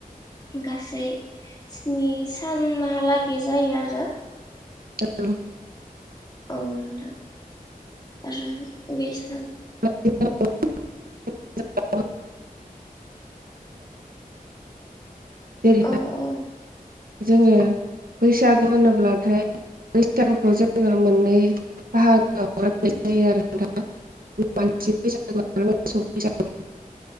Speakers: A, on the left; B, on the right.
A: गासै स्नि सानहालागै जायो आरो।
B: औ
A: औ नोंथां आरो बैसाग
B: <unintelligible> <unintelligible> जेरै
A: औ औ
B: जोङो बैसागु होनोब्लाथाय बैसागुखौ जोङो मोननै बाहागोआव राननाय जायो आरो नोंथां मानसि बैसागु आरो मोसौ बैसागु।